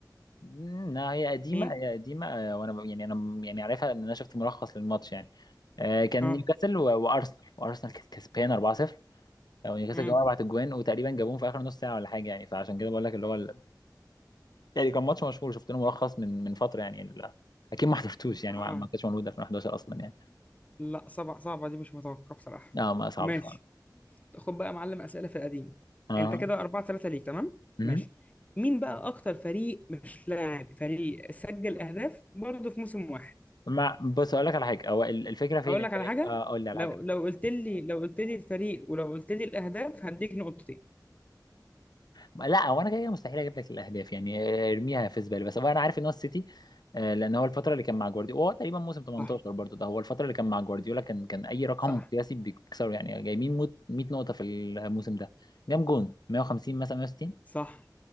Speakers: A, on the left; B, on the left.
A: لا هي قديمة
B: مين
A: هي قديمة آه، وانا ب- يعني انا م- يعني عارفها ان انا شفت ملخص للماتش يعني آه، كان
B: اه
A: نيوكاسل و- وارسنال وارسنال كانت كسبان 4-0 او نيوكاسل
B: امم
A: جابوا اربع اجوان وتقريبا جابوهم في اخر نص ساعة ولا حاجة يعني فعشان كده بقول لك اللي هو ال... يعني كان ماتش مشهور شفت له ملخص من من فترة يعني ال... اكيد ما حضرتوش يعني
B: اه
A: ما ما كانش موجود 2011 اصلا يعني
B: لا صعبه صعبه دي مش متوقع بصراحه
A: اه ما صعب
B: ماشي
A: فعلا
B: خد بقى يا معلم اسئله في القديم
A: اه
B: انت كده 4 3 ليك تمام
A: مهم.
B: ماشي مين بقى اكتر فريق مش لاعب فريق سجل اهداف برضه في موسم واحد
A: ما بص اقول لك على حاجة هو ال- الفكرة فين
B: اقول
A: الفكرة-
B: لك على حاجه
A: آه، اقول لك على
B: لو
A: حاجة
B: لو قلت لي لو قلت لي الفريق ولو قلت لي الاهداف هديك نقطتين
A: لا هو انا كده كده مستحيل اجيب لك الاهداف يعني آه، ارميها في زباله بس هو انا عارف ان هو السيتي آه، لان هو الفتره اللي كان مع جوارديولا هو تقريبا موسم 18
B: صح
A: برضه ده هو الفتره اللي كان مع جوارديولا كان كان اي رقم
B: صح
A: قياسي بيكسره يعني جايبين موت- 100 نقطه في الموسم ده جام جون 150 مثلا 160
B: صح